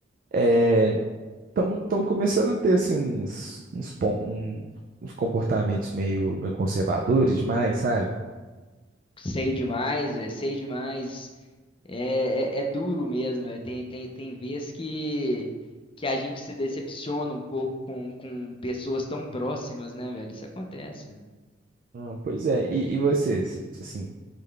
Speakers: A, on the right; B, on the left.
A: é, tão, tão começando a ter assim uns, uns, pon- um- uns comportamentos meio, meio conservadores demais, sabe?
B: Sei demais, é, sei demais. É, é, é duro mesmo, é. Tem, tem, tem vezes que, que a gente se decepciona um pouco com, com pessoas tão próximas, né, velho? Isso acontece, velho.
A: Ah, pois é. E, e você, s- assim,